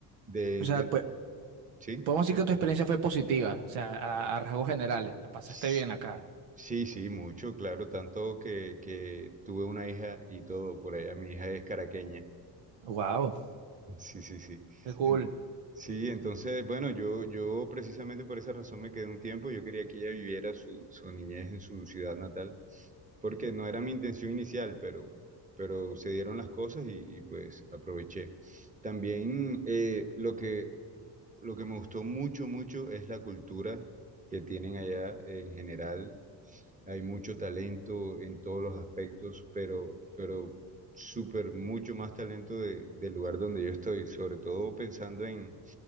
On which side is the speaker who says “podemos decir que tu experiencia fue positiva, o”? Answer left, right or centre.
Right